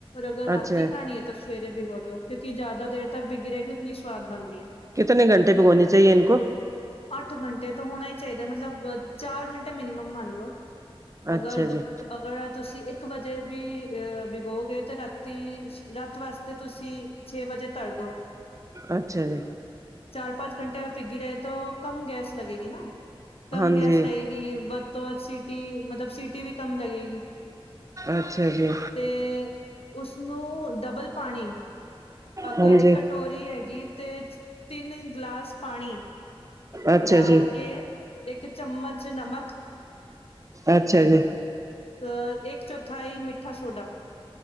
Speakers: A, on the left; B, on the right.
A: ਅਗਰ ਰਾਤਤੀ
B: ਅੱਛਾ
A: ਖਾਣੀ ਹੈ ਤਾਂ। ਸਵੇਰੇ ਬਿਗੋ ਦੋ ਕਿਉਂਕਿ ਜ਼ਿਆਦਾ ਦੇਰ ਤੱਕ ਬਿਗੀ ਰਹਿਗੀ ਉਤਨੀ ਸਵਾਦ ਬਣਦੀ ਹੈ।
B: ਕਿਤਨ ਘੰਟੇ ਪੇ ਹੋਣੀ ਚਾਹੀਏ ਇਨ ਕੋ।
A: ਅੱਠ ਘੰਟੇ ਤੋਂ ਹੋਣਾ ਹੀ ਚਾਹੀਦਾ ਮਤਲਬ ਚਾਰ ਘੰਟੇ ਮਿਨੀਮਮ ਮੰਨ ਲਓ। ਅਗਰ
B: ਅੱਛਾ
A: ਦੁ
B: ਜੀ
A: ਅਗਰ ਤੁਸੀਂ ਇੱਕ ਵਜੇ ਵੀ ਅਹ ਵਿਗੋਗੇ ਤਾਂ ਰਾਤੀ। ਰਾਤ ਵਾਸਤੇ ਤੁਸੀਂ ਛੇ ਵਜੇ ਤਰਦੋ।
B: ਅੱਛਾ ਜੀ।
A: ਚਾਰ ਪਾਾਂਚ ਘੰਟੇ ਪਿਘਗੀ ਰਹੇ ਤਾਂ ਕਮ ਗੈਸ ਲੱਗੇਗੀ ਨਾ ਕਮ
B: ਹਾਂਜੀ
A: ਗੈਸ ਲਗੇਗੀ। ਵੱਧ ਤੋਂ ਵੱਧ ਸਿਟੀ ਮਤਲਬ ਸਟੀ ਵੀ ਕੰਮ ਲਗੇਗੀ।
B: ਅੱਛਾ ਜੀ।
A: ਤੇ ਉਸਨੂੰ ਡਬਲ ਪਾਣੀ। ਅਗਰ
B: ਹਾਂਜੀ
A: ਇੱਕ ਕਟੋਰੀ ਹੈਗੀ ਤੇ ਤਿੰਨ ਗਲਾਸ। ਪਾਣੀ
B: ਅੱਛਾ
A: ਡਾਲ
B: ਜੀ
A: ਕੇ ਇੱਕ ਚਮਚ ਨਮਕ।
B: ਅੱਛਾ ਜੀ।
A: ਅ ਇੱਕ ਚੌਥਾ ਹੈ ਮਿੱਠਾ ਸੋਡਾ।